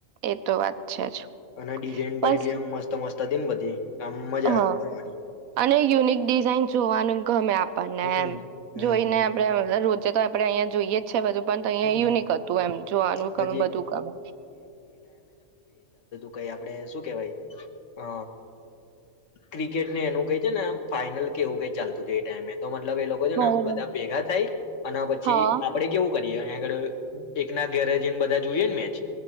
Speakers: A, on the right; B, on the left.
A: એ તો વાત છે જ
B: અને ડિઝાઇન
A: બસ
B: પણ એટલીઆમ મસ્ત સમસ્તા દિન બધી આમ મજા
A: હા
B: આવે કરવાની
A: અને યુનિક ડિઝાઇન જોવાનું ગમે આપણને
B: હમ
A: એમ
B: હમ
A: જોઈને આપડે અ દરરોજ તે તો આપણે અહંયા જોઈએ જ છે બુધુ પણ ત્યા
B: હમ
A: યુનિક હતું એમ જો આનું ગમે
B: પછી
A: બધું ગમે
B: કઇ આપડે શું કહેવાય અ ક્રિકેટને એનું કઈ છે ને ફાઈનલ કેવું કઈ ચાલતું છે એ ટાઈમે તો અમાર મતલબ એ લોકો છેને
A: બરોબર
B: એમા બધા ભેગા થાય અને પછી
A: હા
B: આપડે કેવું કરી એ <unintelligible> એકના ગેરે જઇને બધા જોઈએ ને મેચ